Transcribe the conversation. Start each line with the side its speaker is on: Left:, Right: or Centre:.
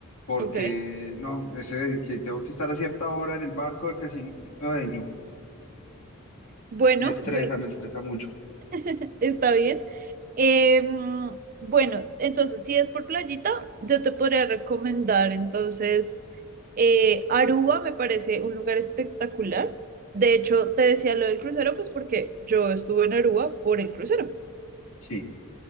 Left: porque
Right: Ok.
Left: no, ese de que tengo que estar a cierta hora en el barco, casi, ay, no,
Right: Bueno,
Left: me estresa, me estresa mucho.
Right: <laughs> Está bien. Eh, bueno, entonces, si es por playita, yo te podría recomendar entonces eh, Aruba, me parece un lugar espectacular. De hecho, te decía lo del crucero, pues porque yo estuve en Aruba por el crucero.
Left: Sí,